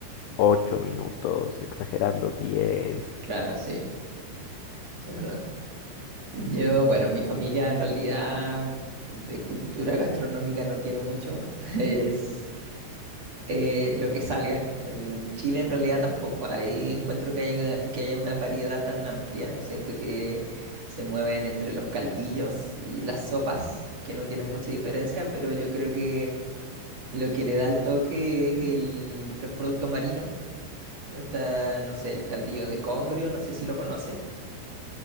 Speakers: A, on the left; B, on the right.
A: 8 minutos, exagerando diez
B: Claro, sí, sí, es verdad. Yo, bueno, mi familia en realidad de cultura gastronómica no tiene mucho. <laughs> Es eh, lo que salga. En Chile en realidad tampoco. Ahí encuentro que haya, que haya una variedad tan amplia. Siento que se mueven entre los caldillos y las sopas, que no tienen mucha diferencia, pero yo creo que lo que le da el toque es el- los productos marinos. Está, no sé, el caldillo de congrio, no sé si lo conoces.